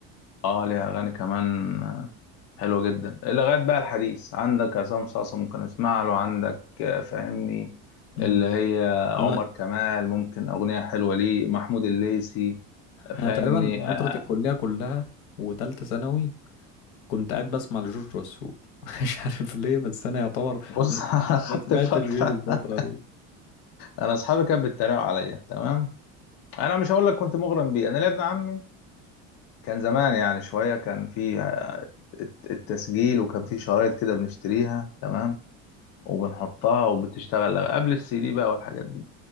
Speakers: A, on the left (about 45°); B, on the left (about 75°).
A: اه ليها اغاني كمان آه، حلوه جدا لغايه بقى الحديث عندك عصام صاصا ممكن اسمع له عندك آه، فاهمني
B: مم.
A: اللي هي عمر
B: انا
A: كمال ممكن اغنيه حلوه ليه محمود الليثي فاهمني
B: انا تقريبا فترة
A: آه،
B: الكلية كلها وتالتة ثانوي كنت قاعد بسمع لجورج وسوف <laughs> مش عارف ليه بس انا يعتبر
A: بص
B: ما
A: <laughs> انا خدت
B: ما سمعتش
A: فتره
B: غيره الفترة
A: <laughs>
B: دي
A: انا اصحابي كانوا بيتريقوا عليا تمام انا مش هقول لك كنت مغرم بيه انا ليا ابن عمي كان زمان يعني شويه كان في الت- التسجيل وكان في شرايط كده بنشتريها تمام وبنحطها وبتشتغل لغ- قبل السي دي بقى والحاجات دي